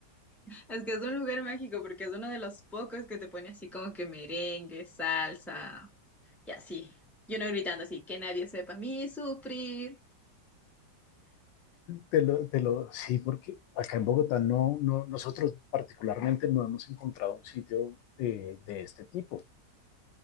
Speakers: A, in the centre; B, on the left (about 80°).
A: Es que es un lugar mágico porque es uno de los pocos que te pone así como que merengue, salsa y así. Y uno gritando así, que nadie sepa a mí sufrir.
B: Te lo, te lo, sí, porque acá en Bogotá no, no, nosotros particularmente no hemos encontrado un sitio eh, de este tipo. O